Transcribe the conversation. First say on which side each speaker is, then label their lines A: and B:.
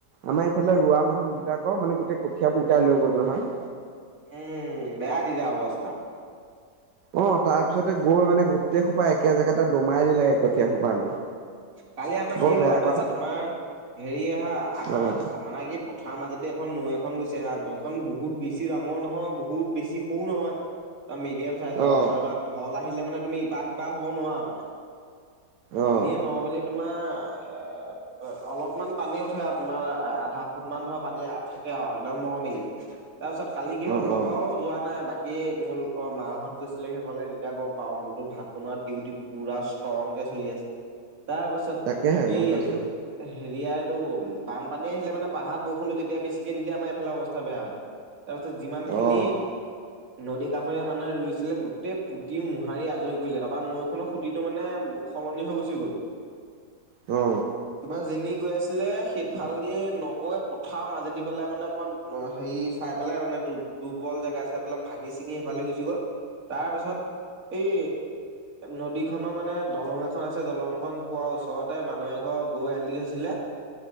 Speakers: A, on the right (about 85°); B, on the right (about 55°).
A: আমাৰ এইফালে ৰোৱা মানুহবিলাকৰ মানে গোটেই কঠিয়াবোৰ উটাই লৈ গ'ল নহয়
B: উম বেয়া তেতিয়া অৱস্থা
A: অ তাৰ পিছতে গৈ মানে গোটেই সোপা একে জেগাতে দমাই দিলোগে কঠীয়া সোপা আনি
B: কালি আমাক
A: বৰ
B: কি হল
A: বেয়া
B: গম পাইছা
A: কথা
B: তোমাৰ হেৰি আহা আমাৰ
A: অ'
B: আমাৰ কি পঠাৰ মাজেদি এখন নৈ এখন গৈছে হা নৈখন বহুত বেছি ডাঙৰ নহয় বহুত বেছি সৰু নহয় একম মিডিয়াম চাইজ আৰু
A: অ'
B: তোমাৰো ঢল আহিলে মানে তুমি ইপাহ সিপাহ হ'ব নোৱাৰা মানে
A: অ'
B: এনেই নৰ্মেলি তোমাৰ এ অলপমান পানী উঠে আৰু তোমাৰ আধা ফুট মান ধৰা পানী থাকে আৰু একদম নৰ্মেলি তাৰপিছত কালি কি হল
A: অ'
B: মই
A: অ'
B: বাৰু যোৱা নাই বাকী কি মোৰ অ মাহঁত গৈছিলে সেই কলে তেতিয়া গম পাও মইতো ভাত বনা ডিউতি পুৰা ষ্ট্ৰং কে চলি আছে তাৰ পাছত
A: তাকেহে গম
B: এই
A: পাইছো
B: হেৰিয়া এইটো বানপানী আহিলে মানে পাহাৰ বৰষুণতটো যেতিয়া বেছিকে দি দিয়ে আমাৰ এইফালে অৱস্থা বেয়া হৈছে তাৰপিছত যিমান খিনি
A: অ'
B: নদীৰ কাষৰীয়া মানুহে ৰুইছিলে গোটেই পুতি মোহাৰি আজৰি কৰিলে তাৰপৰা নৈখনৰ সুতিটো মানে সলনি হৈ গুচি গ'ল
A: অ
B: তোমাৰ যেনি গৈ আছিলে সেইফালে দি নগৈ পথাৰ মাজেদি পেলাই মানে অকমান অ হেৰি চাই পেলাই মানে দুৰ্বল জেগাই চাই পেলাই ভাঙি চিঙি সিফালে গুচি গ'ল তাৰ পিছত এই নদীখনৰ মানে দলং এখন আছে দলংখন পোৱা ওচৰতে মানুহ এঘৰ গৰু এৰাল দি থৈছিলে